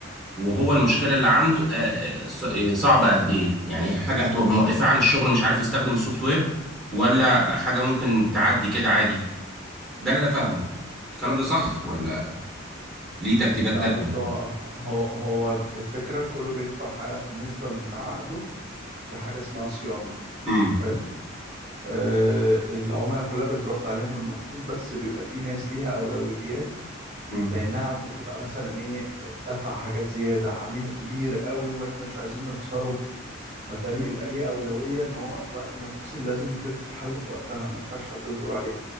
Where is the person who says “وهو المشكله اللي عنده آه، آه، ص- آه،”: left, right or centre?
Centre